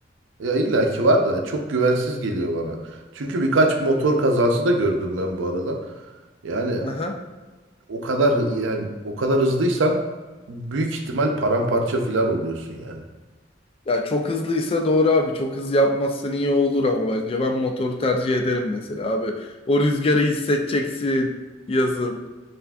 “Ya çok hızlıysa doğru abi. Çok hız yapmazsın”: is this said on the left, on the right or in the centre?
Left